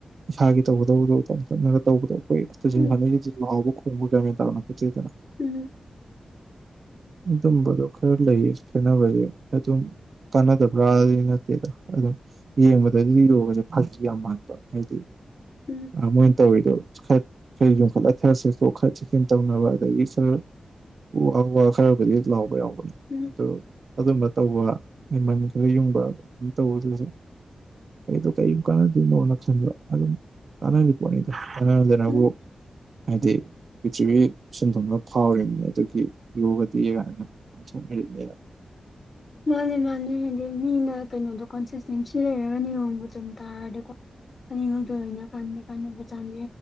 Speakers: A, on the right; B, on the left.
A: ꯏꯁꯥꯒꯤ ꯇꯧꯒꯗꯕꯗꯣ ꯇꯞ ꯇꯞꯅꯒ ꯇꯧꯕꯗꯣ ꯑꯈꯣꯏ ꯖꯤꯝ
B: ꯎꯝ ꯎꯝ
A: ꯁꯥꯅꯩꯁꯤꯗꯤ ꯂꯥꯎꯕ ꯈꯣꯡꯕ ꯒꯌ꯭ꯥꯟ ꯃꯦꯟ ꯇꯥꯕ ꯅꯠꯄꯣꯟꯇꯦꯗꯅ
B: ꯎꯝ ꯎꯝ
A: ꯑꯗꯨꯝꯕꯗꯣ ꯈꯔ ꯂꯩꯌꯦ ꯈꯦꯠꯅꯕꯁꯦ ꯑꯗꯨꯝ ꯐꯠꯇꯕ꯭ꯔꯥꯗꯤ ꯅꯠꯇꯦꯗ ꯑꯗꯨꯝ ꯌꯦꯡꯕꯗꯗꯤ ꯌꯣꯒꯁꯦ ꯐꯒꯤ ꯌꯥꯝ ꯃꯥꯟꯕ ꯍꯥꯏꯗꯤ
B: ꯎꯝ ꯎꯝ
A: ꯃꯣꯏꯅ ꯇꯧꯋꯤꯗꯣ ꯈꯔꯥ ꯌꯨꯡꯈꯠꯂ ꯈꯔꯥ ꯁꯦꯇꯣꯛ ꯈꯔꯥ ꯊꯦꯛꯆꯤꯟ ꯇꯧꯅꯕ ꯑꯗꯒꯤ ꯈꯔ ꯎ ꯑꯥ ꯎ ꯋꯥ ꯈꯔꯕꯨꯗꯤ ꯂꯥꯎꯕ ꯌꯥꯎꯕꯅꯦ
B: ꯎꯝ
A: ꯑꯗꯨ ꯑꯗꯨꯝꯕ ꯇꯧꯕ ꯃꯟ ꯈꯔ ꯌꯨꯡꯕ ꯑꯗꯨꯝ ꯇꯧꯕ ꯑꯗꯨ ꯑꯩꯗꯣ ꯀꯩꯝ ꯀꯅꯗꯣꯏꯅꯣꯅ ꯈꯟꯕꯥ ꯑꯗꯨꯝ ꯀꯥꯟꯅꯔꯤ ꯄꯣꯠꯅꯤꯗꯣ <unintelligible>
B: ꯎꯝ
A: ꯍꯥꯏꯗꯤ ꯄ꯭ꯔꯤꯊꯔ꯭ꯤꯕꯤ ꯁꯤꯟꯊꯨꯡꯅ ꯐꯥꯎꯔꯤꯝꯅꯤ ꯑꯗꯨꯒꯤ ꯌꯣꯒ ꯗꯤ ꯀꯥꯏꯅ <unintelligible>
B: ꯃꯥꯅꯦ ꯃꯥꯅꯦ ꯍꯥꯏꯗꯤ ꯃꯤꯅ ꯀꯩꯅꯣꯗꯣ ꯀꯟꯁꯤꯁꯇꯦꯟꯁꯤ ꯂꯩꯔꯒ ꯅꯤꯌꯣꯝꯒ ꯆꯨꯝ ꯇꯥꯔꯗꯤꯀꯣ ꯑꯅꯤꯝꯛꯇꯣ ꯂꯣꯏꯅ ꯀꯥꯟꯗꯤ ꯀꯥꯟꯅꯕ ꯖꯥꯠꯅꯦ